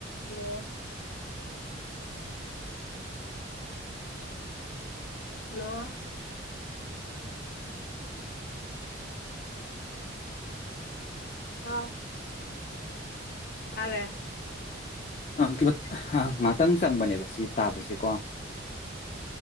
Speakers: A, on the left (about 55°); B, on the left (about 40°).
A: hello hello ꯑꯥ ꯥꯥꯇꯥꯜꯂꯦ
B: ꯑ ꯉꯍꯥꯛꯇꯪ ꯆꯪꯕꯅꯦꯕ ꯁꯤ ꯇꯥꯕꯁꯦꯀꯣ